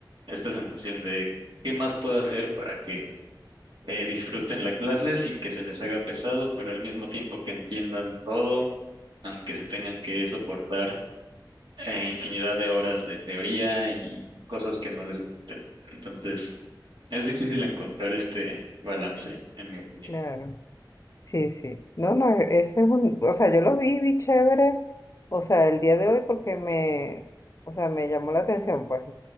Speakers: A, on the right; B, on the left.
A: esta sensación de qué más puedo hacer para que eh, disfruten la clase sin que se les haga pesado, pero al mismo tiempo que entiendan todo, aunque se tengan que soportar eh, infinidad de horas de teoría y cosas que no les gusten. Entonces, es difícil encontrar este balance, en mi opinión.
B: claro. Sí, sí. No, no, e- ese es un, o sea, yo lo vi, vi chévere, o sea, el día de hoy porque me, o sea, me llamó la atención, pues.